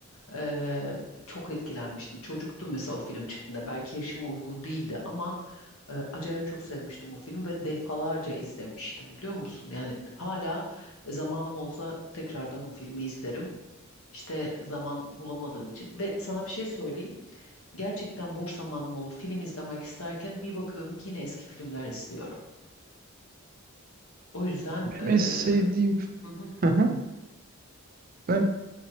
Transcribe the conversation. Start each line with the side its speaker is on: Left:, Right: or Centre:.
Left: Ee, çok etkilenmiştim. Çocuktum mesela o film çıktığında. Belki yaşıma uygun değildi ama e, acayip çok sevmiştim o filmi ve defalarca izlemiştim biliyor musun? Yani hala e, zamanım olsa tekrardan o filmi izlerim. İşte zaman bulamadığım için ve sana bir şey söyleyeyim. Gerçekten boş zamanım olup film izlemek isterken bir bakıyorum ki yine eski filmler izliyorum. O yüzden
Right: Benim
Left: eee,
Right: en sevdiğim
Left: hı hı
Right: Hı hı. ben